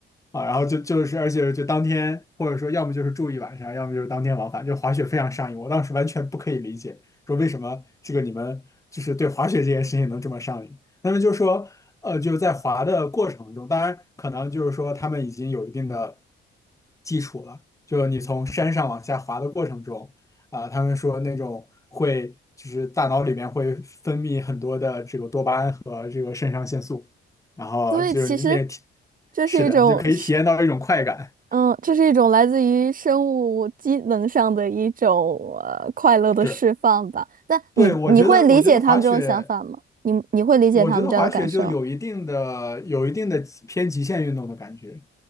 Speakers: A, on the left; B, on the right.
A: 啊，然后就就是而且就当天或者说要么就是住一晚上，要么就是当天往返，就滑雪非常上瘾。我当时完全不可以理解，说为什么这个你们就是对滑雪这件事情能这么上瘾。那么就说，呃，就是在滑的过程中，当然可能就是说他们已经有一定的基础了，就你从山上往下滑的过程中，啊、他们说那种会就是大脑里面会分泌很多的这个多巴胺和这个肾上腺素。然后就是你那体，
B: 所以其实这是一种是。
A: 是的，就可以体验到一种快感。
B: 嗯，这是一种来自于生物机能上的一种呃快乐的释放吧。
A: 是，
B: 那你你会理解他们这种想法吗？
A: 对，我觉得，我觉得滑雪，
B: 你你会理解他们这样的感受？
A: 我觉得滑雪就有一定的、有一定的偏极限运动的感觉。